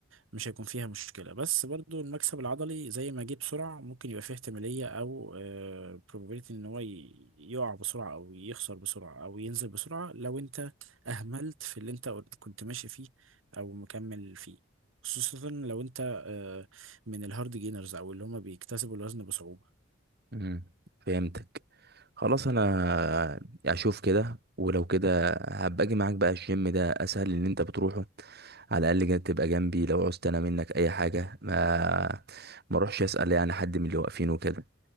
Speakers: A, on the right; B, on the right.
A: مش هيكون فيها مشكلة بس برضو المكسب العضلي زي ما جه بسرعة ممكن يبقى فيه احتمالية أو آه، probability إن هو ي- يقع بسرعة أو يخسر بسرعة أو ينزل بسرعة لو أنت أهملت في اللي أنت كنت ماشي فيه أو مكمل فيه خصوصا لو أنت آه، من الهارد جينرز أو اللي هما بيكتسبوا الوزن بصعوبة
B: مم. فهمتك خلاص انا اشوف كده ولو كده هبقى اجي معاك بقى الجيم ده اسهل ان انت بتروحه على الاقل كده تبقى جنبي لو عوزت انا منك اي حاجه ما ما اروحش اسال يعني حد من اللي واقفين وكده